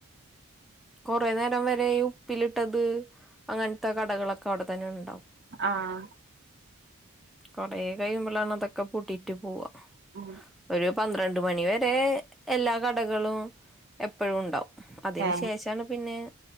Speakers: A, in the centre; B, on the right (about 50°).
A: കുറെേ നേരം വരെഈ ഉപ്പിലിട്ടത് അങ്ങനത്തെ കടകളൊക്കെ അവിടെ തന്നെ ഉണ്ടാവും
B: ആഹ
A: കൊറേ കഴിയുമ്പോളാണ് അതൊക്കെ പൂട്ടീറ്റ് പോവാ.
B: ഉം.
A: ഒരു പന്ത്രണ്ട് മണിവരെ എല്ലാ കടകളും എപ്പോഴും ഉണ്ടാവും. അതിന്
B: ഏ
A: ശേഷമാണ് പിന്നെ